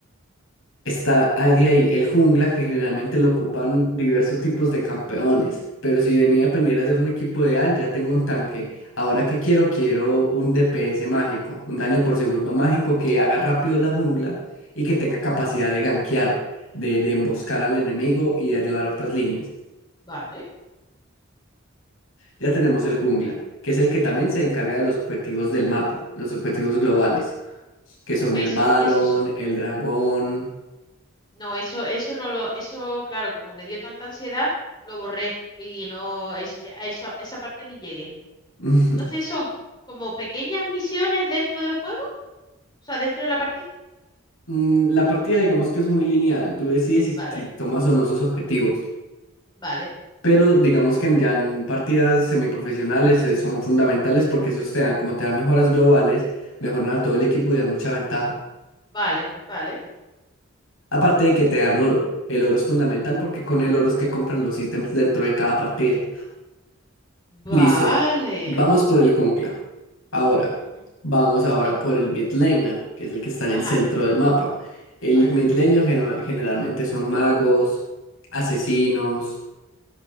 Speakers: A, on the left; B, on the left.
A: Está ahí de ahí el jungla, que generalmente lo ocupan diversos tipos de campeones. Pero si de mí dependiera hacer un equipo ideal, ya tengo un tanque. Ahora que quiero, quiero un DPS mágico, un daño por segundo mágico que haga rápido
B: ujú,
A: la jungla y que tenga capacidad de gankear, de, de emboscar al enemigo y de ayudar a otras líneas.
B: Vale.
A: Ya tenemos el jungla, que es el que también se encarga de los objetivos del mapa, los objetivos globales, que son
B: ¿Qué,
A: el
B: eso-
A: Baron,
B: qué es eso?
A: el dragón.
B: No, eso, eso no lo, eso, claro, como me dio tanta ansiedad, lo borré y no, es, eh, a eso, a esa parte ni llegué.
A: <laughs>
B: Entonces son como pequeñas misiones dentro del juego, o sea, dentro de la partida.
A: Mm, La partida digamos que es muy lineal, tú decides si,
B: Vale,
A: si tomas o no sus objetivos,
B: vale,
A: pero digamos que en- ya en partidas semiprofesionales eh, son fundamentales porque esos te dan, como te dan mejoras globales, mejoran a todo el equipo y dan mucha ventaja.
B: vale, vale,
A: Aparte de que te dan oro, el oro es fundamental porque con el oro es que compras los ítems dentro de cada partida.
B: vale.
A: Listo. Vamos por el jungla. Ahora,
B: Ujú,
A: vamos ahora por el mid laner, que es el que está en
B: Ajá,
A: el centro del mapa. El
B: vale.
A: mid laner genu- generalmente son magos, asesinos.